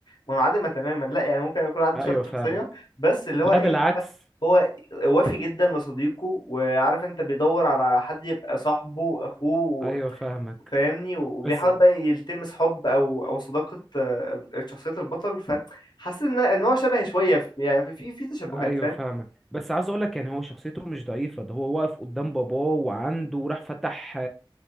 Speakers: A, on the left; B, in the centre.
A: منعدمة تماما لا يعني ممكن يكون عنده
B: ايوه
A: شوية
B: فاهمك
A: شخصية بس اللي هو
B: لا
A: ايه
B: بالعكس
A: هو هو وافي جدا لصديقه وعارف انت بيدور على حد يبقى صاحبه اخوه
B: ايوه فاهمك
A: فاهمني وبيحاول
B: بس
A: بقى يلتمس حب او او صداقة آه، شخصية البطل فحاسس ان ان هو شبه شوية في- يعني في في في تشابهات
B: ايوه
A: فاهم
B: فاهمك بس عاوز اقولك يعني هو شخصيته مش ضعيفة ده هو واقف قدام باباه وعنده وراح فتح